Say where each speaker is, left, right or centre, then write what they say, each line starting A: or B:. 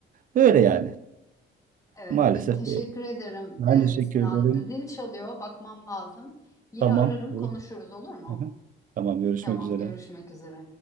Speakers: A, on the right; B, on the left.
A: Böyle yani.
B: Evet,
A: Maalesef
B: pek teşekkür
A: böyle.
B: ederim
A: Ben
B: e,
A: teşekkür
B: Sinan.
A: ederim.
B: Zil çalıyor, bakmam lazım. Yine
A: Tamam.
B: ararım, konuşuruz olur mu?
A: Hı hı. Tamam görüşmek
B: Tamam,
A: üzere.
B: görüşmek üzere.